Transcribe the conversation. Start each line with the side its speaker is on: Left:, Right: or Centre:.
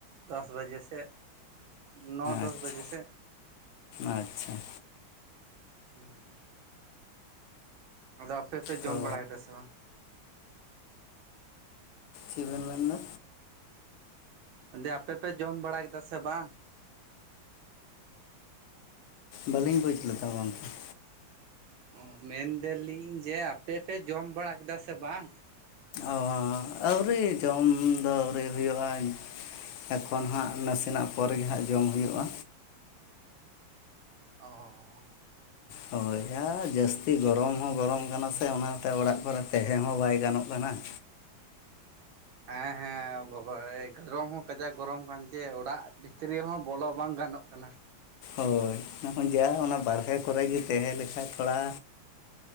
Right: ᱫᱚᱥ ᱵᱟᱡᱮ ᱥᱮᱜ, ᱱᱚ ᱫᱚᱥ
Left: ᱟᱪᱪᱷᱟ
Right: ᱵᱟᱡᱮ ᱥᱮᱜ᱾
Left: ᱟᱪᱪᱷᱟ ᱾
Right: ᱦᱩᱸᱻ ᱾ ᱟᱫᱚ ᱟᱯᱮᱯᱮ ᱡᱚᱢ
Left: ᱛᱚ
Right: ᱵᱟᱲᱟ ᱠᱮᱫᱟ ᱥᱮ ᱵᱟᱝ?
Left: ᱪᱮᱫ ᱵᱮᱱ ᱢᱮᱱᱫᱟ?
Right: ᱞᱟᱭ ᱫᱟ ᱟᱯᱮ ᱯᱮ ᱡᱚᱢ ᱵᱟᱲᱟ ᱠᱮᱫᱟ ᱥᱮ ᱵᱟᱝ?
Left: ᱵᱟᱹᱞᱤᱧ ᱵᱩᱡᱽ ᱞᱮᱫᱟ ᱜᱚᱢᱠᱮ ᱾
Right: ᱚ ᱢᱮᱱᱫᱟᱞᱤᱧ ᱡᱮ ᱟᱯᱮ ᱯᱮ ᱡᱚᱢ ᱵᱟᱲᱟ ᱠᱮᱫᱟ ᱥᱮ ᱵᱟᱝ?
Left: ᱚ ᱟᱹᱣᱨᱤ ᱡᱚᱢ ᱫᱚ ᱟᱹᱣᱨᱤ ᱦᱩᱭᱩᱜᱼᱟᱭ, ᱮᱠᱷᱚᱱ ᱦᱟᱸᱜ ᱱᱟᱥᱮᱱᱟᱜ ᱯᱚᱨ ᱜᱮ ᱦᱟᱸᱜ ᱡᱚᱢ ᱦᱩᱭᱩᱜᱼᱟ᱾
Right: ᱚᱻ ᱾
Left: ᱦᱳᱭ ᱟ ᱡᱟᱹᱥ ᱡᱟᱹᱥᱛᱤ ᱜᱚᱨᱚᱢ ᱦᱚᱸ ᱜᱚᱨᱚᱢ ᱠᱟᱱᱟ ᱥᱮ ᱚᱱᱟᱛᱮ ᱚᱲᱟᱜ ᱠᱚᱨᱮ ᱛᱟᱦᱮᱸ ᱦᱚᱸ ᱵᱟᱭ ᱜᱟᱱᱚᱜ ᱠᱟᱱᱟ ᱾
Right: ᱦᱮᱸ ᱦᱮᱸ ᱵᱟᱵᱟᱨᱮ ᱜᱚᱨᱚᱢ ᱦᱚᱸ ᱠᱟᱡᱮ ᱜᱚᱨᱚᱢ ᱠᱟᱱ ᱜᱮ ᱚᱲᱟᱜ ᱵᱷᱤᱛᱨᱤ ᱦᱚᱸᱵᱚᱞᱚ ᱵᱟᱝ ᱜᱟᱱᱚᱜ ᱠᱟᱱᱟ ᱾
Left: ᱦᱳᱭ ᱚᱱᱮ ᱡᱟ ᱚᱱᱟ ᱵᱟᱦᱨᱮ ᱠᱚᱨᱮ ᱜᱮ ᱛᱟᱦᱮᱸ ᱞᱮᱠᱷᱟᱡ ᱛᱷᱚᱲᱟ